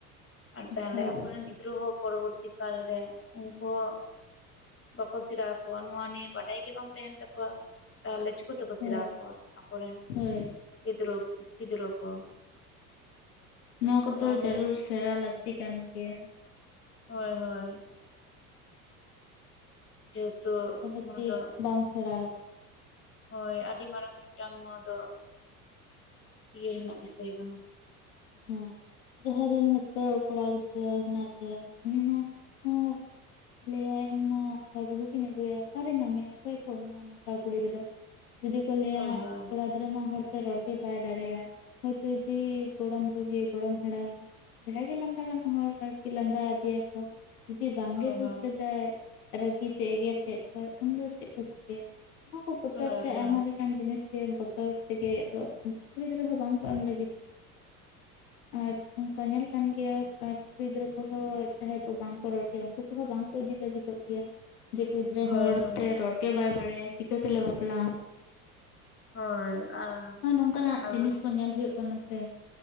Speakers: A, on the left (about 30°); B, on the left (about 70°).
A: ᱟᱨ ᱛᱟᱦᱚᱞᱮ
B: ᱦᱳᱭ
A: ᱟᱠᱚᱨᱮᱱ ᱜᱤᱫᱽᱨᱟᱹ ᱦᱚᱸ ᱯᱚᱨᱚᱵᱚᱨᱛᱤ ᱠᱟᱞ ᱨᱮ ᱩᱱᱠᱩ ᱦᱚᱸ ᱵᱟᱠᱚ ᱥᱮᱨᱟ ᱟᱠᱚᱣᱟ ᱱᱚᱶᱟ ᱱᱤᱭᱟᱹ ᱵᱟᱰᱟᱭ ᱜᱮ ᱵᱟᱝ ᱛᱟᱦᱮᱱ ᱛᱟᱠᱚᱣᱟ ᱛᱟᱦᱚᱞᱮ ᱪᱤᱠᱳ ᱛᱮᱠᱚ
B: ᱦᱳᱭ
A: ᱥᱮᱬᱟ ᱟᱠᱚᱣᱟ ᱟᱠᱚᱨᱮᱱ
B: ᱦᱳᱭ
A: ᱜᱤᱫᱽᱨᱟᱹ ᱯᱤᱫᱽᱨᱟᱹ ᱠᱚ᱾
B: ᱱᱚᱣᱟ ᱠᱚᱫᱚ
A: ᱛᱟᱦᱚᱞᱮ
B: ᱡᱟᱹᱨᱩᱲ ᱥᱮᱬᱟ ᱞᱟᱹᱠᱛᱤ ᱠᱟᱱ ᱜᱮᱭᱟ᱾
A: ᱦᱳᱭ ᱦᱳᱭ ᱡᱮᱦᱮᱛᱩ
B: ᱟᱠᱚ ᱠᱷᱟᱛᱤ
A: ᱱᱚᱣᱟ ᱫᱚ
B: ᱵᱟᱝ ᱥᱮᱬᱟ ᱟᱠᱚᱣᱟ
A: ᱦᱳᱭ ᱟᱹᱰᱤ ᱢᱟᱨᱟᱝ ᱢᱤᱫᱴᱟᱝ ᱱᱚᱣᱟ ᱫᱚ ᱤᱭᱟᱹ ᱨᱮᱱᱟᱜ ᱵᱤᱥᱚᱭ ᱠᱟᱱᱟ
B: ᱦᱮᱸ ᱡᱟᱦᱟᱸᱭ ᱨᱮᱱ ᱦᱚᱭᱛᱳ ᱠᱚᱲᱟ ᱜᱤᱫᱽᱨᱟᱹ ᱦᱮᱱᱟᱭ ᱛᱟᱭᱟ ᱩᱱᱤ ᱦᱚᱸ ᱞᱟᱹᱭᱟᱭ ᱤᱧ ᱢᱟ ᱦᱚᱲ ᱟᱹᱜᱩᱭᱟ ᱚᱠᱟᱨᱮ ᱧᱟᱢᱮᱭᱟ ᱚᱠᱚᱭ ᱠᱚ ᱮᱢᱚᱜᱼᱟ ᱠᱟ ᱠᱩᱲᱤ ᱜᱤᱫᱽᱨᱟᱹ ᱡᱩᱫᱤ ᱠᱚ ᱞᱟᱹᱭᱟ
A: ᱦᱳᱭ ᱦᱳᱭ
B: ᱠᱚᱲᱟ ᱜᱤᱫᱽᱨᱟᱹ ᱢᱟ ᱦᱚᱲᱛᱮ ᱨᱚᱲᱜᱮ ᱵᱟᱭ ᱫᱟᱲᱮᱭᱟᱜᱼᱟ ᱦᱳᱭᱛᱳ ᱡᱩᱫᱤ ᱜᱚᱲᱚᱢ ᱵᱩᱲᱦᱤ ᱜᱚᱲᱚᱢ ᱦᱟᱲᱟᱢ ᱡᱟᱦᱟᱸᱭ ᱜᱮ ᱞᱟᱸᱫᱟ ᱜᱟᱱᱚᱜ ᱦᱚᱲ ᱟᱨᱠᱤ ᱞᱟᱸᱫᱟ ᱟᱫᱤᱭᱟᱠᱚ ᱡᱩᱫᱤ ᱵᱟᱝᱜᱮ
A: ᱦᱳᱭ
B: ᱵᱩᱡᱽ
A: ᱦᱳᱭ
B: ᱞᱮᱫᱟᱭ ᱨᱟᱹᱜᱤᱛᱮ ᱮᱜᱮᱨ ᱠᱮᱫ ᱠᱚᱣᱟᱭ ᱩᱱᱫᱚ ᱪᱮᱫ ᱠᱚ ᱪᱤᱠᱟᱹᱭᱟ ᱱᱚᱣᱟ ᱠᱚ ᱵᱚᱛᱚᱨ
A: ᱦᱳᱭ
B: ᱛᱮ
A: ᱦᱳᱭ ᱦᱳᱭ
B: ᱟᱭᱢᱟ ᱞᱮᱠᱟᱱ ᱡᱤᱱᱤᱥ ᱜᱮ ᱵᱚᱛᱚᱨ ᱛᱮᱜᱮ ᱫᱚ ᱠᱩᱲᱤ ᱜᱤᱫᱽᱨᱟᱹ ᱦᱚᱸ ᱵᱟᱝ ᱠᱚ ᱮᱢ ᱞᱟᱹᱜᱤᱫᱚᱜᱼᱟ ᱟᱨ ᱚᱱᱠᱟ ᱧᱮᱞ ᱠᱟᱱ ᱜᱮᱭᱟ ᱟᱨ ᱠᱩᱲᱤ ᱜᱤᱫᱽᱨᱟᱹ ᱠᱚᱦᱚᱸ ᱡᱟᱦᱟᱸᱭ ᱠᱚ ᱵᱟᱝᱠᱚ ᱨᱚᱲ ᱜᱮᱭᱟ ᱩᱱᱠᱩ ᱠᱚᱦᱚᱸ ᱵᱟᱝᱠᱚ ᱤᱫᱤ ᱞᱟᱹᱜᱤᱫᱚᱜ ᱜᱮᱭᱟ ᱡᱮ ᱠᱩᱲᱤ ᱜᱤᱫᱽᱨᱟᱹ
A: ᱦᱳᱭ
B: ᱦᱚᱲᱛᱮ
A: ᱦᱳᱭ
B: ᱨᱚᱲᱜᱮ ᱵᱟᱭ ᱵᱟᱲᱟᱭᱟ ᱪᱤᱠᱟᱹ ᱛᱮᱞᱮ ᱵᱟᱯᱞᱟᱜᱼᱟ
A: ᱦᱳᱭ ᱟᱨ
B: ᱦ ᱱᱚᱝᱠᱟᱱᱟᱜ
A: ᱟᱨ
B: ᱡᱤᱱᱤᱥ ᱠᱚ ᱧᱮᱞ ᱦᱩᱭᱩᱜ ᱠᱟᱱᱟ ᱥᱮ